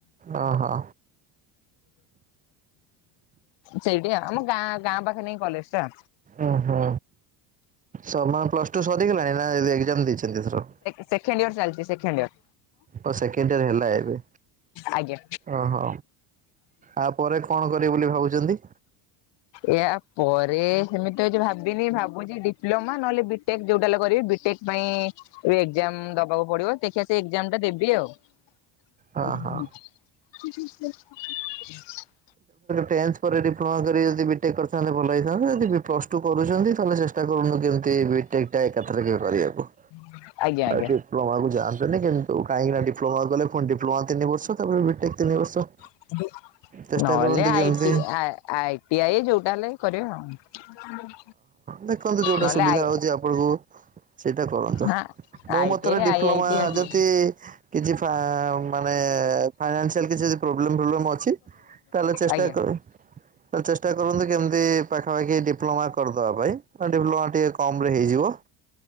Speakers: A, on the right; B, on the left.
A: ଓଁ ହୋଁ।
B: ସେଇଠି ଆମ ଗାଁ ଗାଁ ପାଖେ ନେଇ କଲେଜ୍ ଟା।
A: ଉଁ ହୁଁ ସମା ପ୍ଲସ୍ ଟୁ ସରିଗଲାଣି ନା ଏଗ୍ଜାମ୍ ଦେଇଚନ୍ତି ଏଇଥର?
B: ସେଖେଣ୍ଡ୍ ଇଅର୍ ଚାଲ୍ ଚି ସେଖେଣ୍ଡ୍ ଇଅର୍।
A: ଓ ସେକେଣ୍ଡ୍ ଇଅର୍ ହେଲା ଏବେ
B: ଆଜ୍ଞା।
A: ଓହୋ। ଆ ପରେ କଣ କରିବେ ବୋଲି ଭାବୁଚନ୍ତି?
B: ଏହା ପରେ ସେମିତିତ କିଛି ଭାବିନି ଭାବୁଚି ଡିପ୍ଲମା ନହେଲେ ବି ଟେକ୍ ଯୋଉଟାଲେ କରିବି ବିଟେକ୍ ପାଇଁ ଏ ଏଗ୍ଜାମ୍ ଦବାକୁ ପଡିବ ଦେଖିଆ ସେଇ ଏଗ୍ଜାମ୍ ଟା ଦେବି ଆଉ। <inaudible>
A: ହଁ ହଁ। ଟେନ୍‌ଥ୍ ପରେ ଡିପ୍ଲୋମା କରି ଯଦି ବିଟେକ୍ କରିଥାନ୍ତେ, ଭଲ ହେଇଥାନ୍ତା। ଯଦି ବି ପ୍ଲସ୍ଟୁ କରୁଛନ୍ତି ତାହାଲେ ଷ୍ଟା କରନ୍ତୁ, କେମ୍ତି ବିଟେକ୍ ଟା ଏକା ଥରକେ କରିବାକୁ।
B: <inaudible>
A: ଡିପ୍ଲୋମା କୁ ଯାଆନ୍ତୁନି। କିନ୍ତୁ କାହିଁକିନା ଡିପ୍ଲୋମା କୁ ଗଲେ, ପୁଣି ଡିପ୍ଲୋମା ତିନି ବର୍ଷ ତା'ପରେ ବିଟେକ୍ ତିନି ବର୍ଷ।
B: ହ।
A: ଚେଷ୍ଟା
B: ନହଲେ,
A: କରନ୍ତୁ
B: ଆଇଟି
A: କେମିତି
B: ଆଇଟି ଆଇ ଯଉଟା ହେଲେ କରିବା ଆଉ।
A: ଦେଖନ୍ତୁ ଯଉଟା
B: ନହେଲେ
A: ସୁବିଧା
B: ଆଇ
A: ହଉଚି, ଆପଣଙ୍କୁ ସେଇଟା କରନ୍ତୁ।
B: ହଁ
A: ମତରେ
B: ଆଇଟି
A: ଡିପ୍ଲୋମା
B: ଆଇ ଆଇଟି ଅଛି।
A: ଯ କିଛି ମାନେ ଫାଇନାନ୍ସିଆଲ୍‌ କିଛି ପ୍ରୋବ୍ଲେମ୍ ଫ୍ରୋବ୍ଲେମ୍ ଅଛି। ତା'ହେଲେ ଚେଷ୍ଟା,
B: ଆଜ୍ଞା
A: ତା ଚେଷ୍ଟା କରନ୍ତୁ। କେମ୍ତି ପାଖାପାଖି ଡିପ୍ଲୋମା କର୍ଦବା ପାଇଁ। ଡିପ୍ଳୋମା ଟିକେ କମ୍ ରେ ହେଇଯିବ।